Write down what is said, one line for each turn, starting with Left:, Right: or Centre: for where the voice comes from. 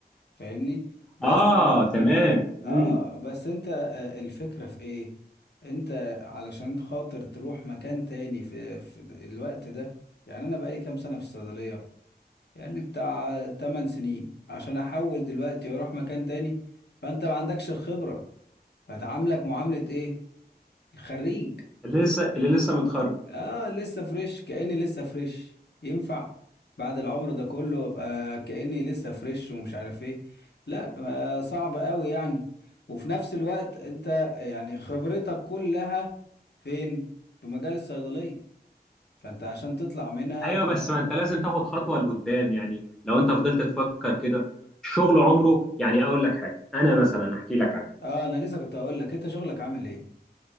Left: فاهمني بس
Centre: اه تمام امم
Left: اه بس انت آه، الفكرة في ايه انت علشان خاطر تروح مكان تاني في, في الوقت ده يعني انا بقالي كام سنة في الصيدلية يعني بتاع 8 سنين عشان احول دلوقتي واروح مكان تاني فانت ما عندكش الخبرة هتعاملك معاملة ايه الخريج
Centre: اللي لسه اللي لسه متخرج
Left: اه لسه فريش كأني لسه فريش ينفع بعد العمر ده كله ابقى كأني لسه فريش ومش عارف ايه لا ما- صعب قوي يعني وفي نفس الوقت انت يعني خبرتك كلها فين في مجال الصيدلية فانت عشان تطلع منها
Centre: ايوه
Left: تبقى
Centre: بس ما انت لازم تاخد خطوه لقدام يعني لو انت فضلت تفكر كده الشغل عمره يعني اقول لك حاجه انا مثلا احكي لك عني
Left: اه انا لسه كنت اقول لك انت شغلك عامل ايه